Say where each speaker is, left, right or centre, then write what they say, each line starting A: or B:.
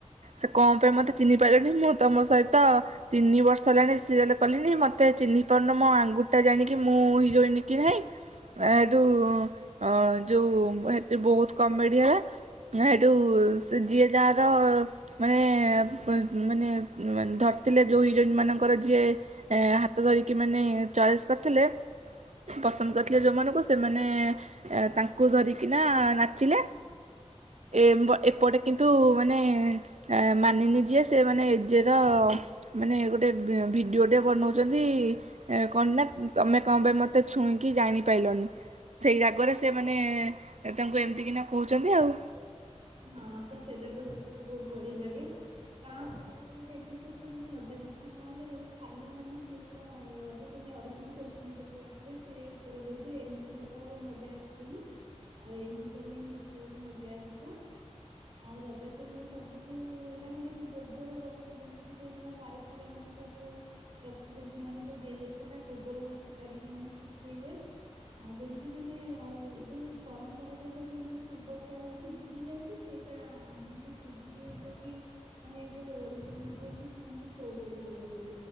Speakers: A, on the right; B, on the right.
A: ସେ କଣ ପାଇଁ ମୋତେ ଚିହ୍ନିପାଇଲାନି ମୁଁ ତମ ସହିତ ତିନି ବର୍ଷ ହେଲାଣି ସିରେଲ୍ କଲିଣି ମତେ ଚିହ୍ନି ପାରୁନ ମୋ ଆଙ୍ଗୁୁଠି ଟା ଜାଣିକି ମୁଁ ହିରୋଇନ କି ନାଇଁ ଆ ଏଠୁ ଆ ଯଉ ଏଠି ବହୁତ କମେଡିଆ ସେଇଠୁ ସେ ଯିଏ ଯାହାର ମାନେ ମାନେ ଧରିଥିଲେ ଯେଉଁ ହିରୋଇନ୍ ମାନଙ୍କର ଯିଏ ଏ ହାତ ଧରିକି ମାନେ ଚଏସ୍ କରିଥିଲେ। ପସନ୍ଦ କରିଥିଲେ ଯେଉଁମାନଙ୍କୁ ସେମାନେ ତାଙ୍କୁ ଧରିକିନା ନାଚିଲେ ଏ <unintelligible> ଏପଟେ କିନ୍ତୁ ମାନେ ମାନିନି ଯିଏ ସେ ମାନେ ଏଜେ ର ମାନେ ଗୋଟେ ଭିଡ଼ିଓଟେଏ ବନଉଛନ୍ତି। ଏ କଣ ନା ତମେ କଣ ପାଇଁ ମତେ ଛୁଇଁକି ଜାଣିପାରିଲନି ସେଇ ରାଗରେ ସେମାନେ ତାଙ୍କୁ ଏମିତିକିନା କହୁଛନ୍ତି ଆଉ
B: ହଁ ତ ସେଇଟା ତ ଦେଖିବାକୁ ବହୁତ ବଢିଆ ଲାଗେ କାରଣ ସେଟା ଗୋଟେ ଗୋଟେ ଏପିସୋଡରେ ମାନେ ମଜାମସ୍ତି ନହେଲେ ଯଦି ଖାଲି ମାନେ ସେ କଣ ରଜ କ୍ୱିନ ଅଡିଶନ କୋଶ୍ଚିନ ପଚାରୁଥିଲେ ସିଏ ଉତ୍ତର ଦେଇଉଥିବେ ଏମିତି କଲେ ତାଉ ମଜା ଆସିବନି ଆଉ ଏମିତି କଲେ ହିଁ ଦେଖିବାକୁ ମଜା ଆସିବ। ଆଉ ରଜ କ୍ୱିନରେ ସବୁଠୁ ହେଲା ମାନେ ଯୋଉ ଗୋବର ଘଷି ଘଷି ଯୋଉ ଦିନ ପାରୁଥିଲେ ମାନେ ସବୁ ପ୍ରତିଯୋଗୀ ମାନଙ୍କୁ ଦିଆଯାଇଥିଲା ଗୋବର ଘଷି ପାରିକି ମାନେ ଶୁଖେଇବେ। ଆଉ ଯେମିତି ମାନେ ଆଉ ଯୋଉ ପରମ୍ପରା ଟା ସବୁ ମାନେ ପୂର୍ବ କାଳରେ ଅଛି। ପୁରି ଯାଉଛି ସେଇଟା ମାନେ ଟିଭି ଦେଖି ମାନେ ଏଇ ଯୋଉ ଓଡିଶନ ମାଧ୍ୟମରେ ସେ କେମିତି ଶୋ କରିବେ ବୋଲି